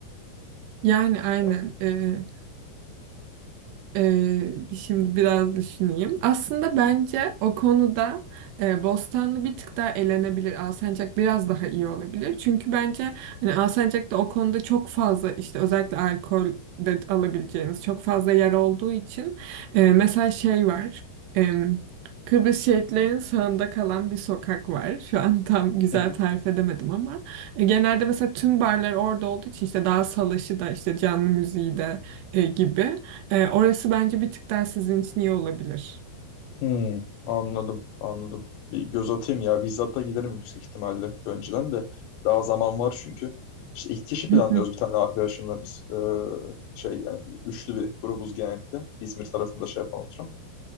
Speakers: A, on the right; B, on the left.
A: Yani aynen.
B: Ya,
A: Ee, Ee, şimdi biraz düşüneyim. Aslında bence o konuda e, Bostanlı bir tık daha elenebilir. Alsancak biraz daha iyi olabilir. Çünkü bence hani Alsancak'ta o konuda çok fazla işte özellikle alkol de alabileceğiniz çok fazla yer olduğu için e, mesela şey var. Em, Kıbrıs şehitlerinin sağında kalan bir sokak var. Şu an <laughs> tam güzel
B: ya,
A: tarif edemedim ama e, genelde mesela tüm barlar orada olduğu için işte daha salaşı da işte canlı müziği de e, gibi. Ee, orası bence bir tık daha sizin için iyi olabilir.
B: Hmm, anladım, anladım. Bir göz atayım ya. Bizzat da giderim yüksek ihtimalle önceden de. Daha zaman var çünkü. İşte iki kişi
A: <laughs>
B: planlıyoruz bir tane arkadaşımla biz. Ee, şey yani üçlü bir grubuz genellikle. İzmir tarafında şey yapan oturan.